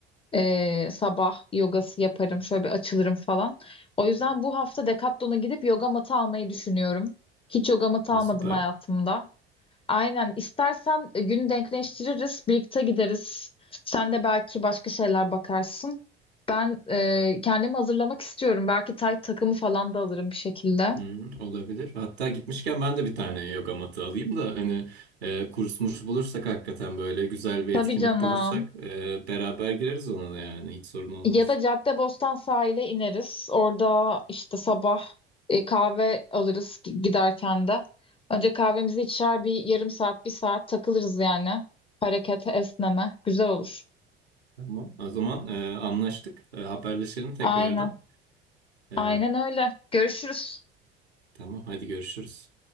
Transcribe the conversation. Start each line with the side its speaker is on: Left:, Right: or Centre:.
Left: Ee, sabah yogası yaparım, şöyle bir açılırım falan. O yüzden bu hafta Decathlon'a gidip yoga matı almayı düşünüyorum. Hiç yoga matı
Right: Ya
Left: almadım
Right: süper.
Left: hayatımda. Aynen. istersen e, günü denkleştiririz, birlikte gideriz. Sen de belki başka şeyler bakarsın. Ben e, kendimi hazırlamak istiyorum. Belki tay takımı falan da alırım bir şekilde.
Right: Hı, olabilir. Hatta gitmişken ben de bir tane yoga matı alayım da hani e, kurs murs bulursak hakikaten böyle güzel bir
Left: Tabii
Right: etkinlik
Left: canım.
Right: bulursak e, beraber gireriz ona da yani hiç sorun olmaz.
Left: Ya da Caddebostan sahile ineriz. Orada işte sabah e, kahve alırız gi- giderken de. Önce kahvemizi içer bir yarım saat, bir saat takılırız yani. Harekete, esneme. Güzel olur.
Right: Tamam. O zaman e, anlaştık. E, haberleşelim tekrardan.
Left: Aynen.
Right: E,
Left: Aynen öyle. Görüşürüz.
Right: tamam hadi görüşürüz.